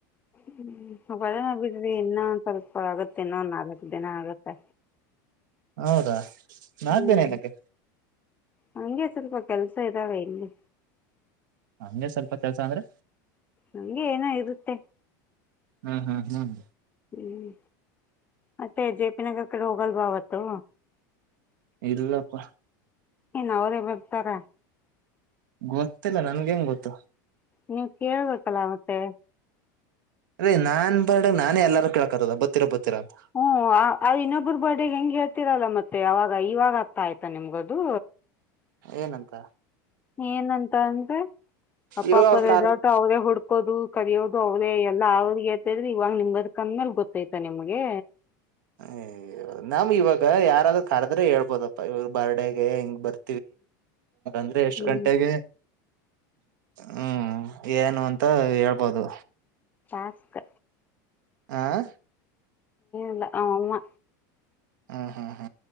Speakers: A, on the left; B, on the right.
A: ಹ್ಮ್ ಒಳನ ಬಿಡ್ರಿ ಇನ್ನೊ ಒಂದ್ ಸ್ವಲ್ಪ ಆಗತ್ತೆ ಇನ್ನೊಂದ್ ನಾಲ್ಕಕ್ ದಿನ ಆಗತ್ತೆ
B: ಹೌದಾ ನಾಾಗ್ದೇನೆ
A: ಹ್ಮ್
B: ಏನಕ್ಕೆ
A: ಹಂಗೆ ಸ್ವಲ್ಪ ಕೆಲ್ಸ ಇದಾವೆ ಇಲ್ಲಿ
B: ಹಂಗೆ ಸ್ವಲ್ಪ ಕೆಲ್ಸ ಅಂದ್ರೆ
A: ನಂಗೆ ಏನೋ ಇರುತ್ತೆ
B: ಹ್ಮ್ ಹ್ಮ್ ಹ್ಮ್
A: ಹ್ಮ್ ಮತ್ತೆ ಜೆಪಿ ನಗರ್ ಕಡೆ ಹೋಗಲ್ ಬಾವತ್ತು
B: ಇಲ್ಲಪ್ಪ
A: ಏನ್ ಅವರೇ ಬರ್ತಾರ
B: ಗೊತ್ತಿಲ್ಲ ನನ್ಗೆ ಹೆಂಗ ಗೊತ್ತು
A: ನೀ ಕೇಳ್ಬೇಕಲ್ಲ ಮತ್ತೆ
B: ರೀ ನಾನ್ ಬರ್ಡ ನಾನೇ ಎಲ್ಲಾರು ಕೇಳಕತದ ಬತ್ತಿರಾ ಬತ್ತೀರಾಂತ
A: ಹ್ಮ್ ಇನ್ನೊಬ್ಬ್ರ ಬರ್ಡೇಗೆ ಹೆಂಗ್ ಹೇಳ್ತರಲ್ಲ ಮತ್ತೆ ಅವಾಗ ಇವಾಗ ಆತಾ ಆಯ್ತಾ ನಿಮ್ಗದು
B: ಏನಂತ
A: ಏನಂತ ಅಂದ್ರೆ ಅಪ್ಪ
B: ಇವಾಗ
A: ಅಪ್ಪ
B: ಅವ್ರ
A: ರೆಸಾರ್ಟ
B: ಕಾರ್
A: ಅವರೇ ಹುಡ್ಕೋದು ಕರಿಿಯೋದು ಅವ್ರೇ ಎಲ್ಲ ಅವ್ರಿಗೆೇತದ್ರೆ ಇವಾಗ ನಿಮಂಬದಕಂದ್ಮೇಲೆ ಗೊತ್ತೈತ ನಿಮ್ಗೆ
B: ಹ ನಮ ಇವಾಗ ಯಾರಾದ್ರರು ಕರದ್ರೆ ಹೇಳ್ಬೋದಪ್ಪ ಇವ್ರ ಬರ್ಡೆಗೆ ಹೆಂಗ ಬರ್ ಂದ್ರೆ ಎಷ್ಟ್
A: ಹ್ಮ್
B: ಗಂಟೆಗೆ ಹ್ಮ್ ಏನು ಅಂತ ಹೇಳ್ಬೋದು
A: ಪಾಸ್ಕ್
B: ಆಂ
A: ಲ್ಲಮ್ಮ
B: ಹ್ಮ್ ಹ್ಮ ಹ್ಮ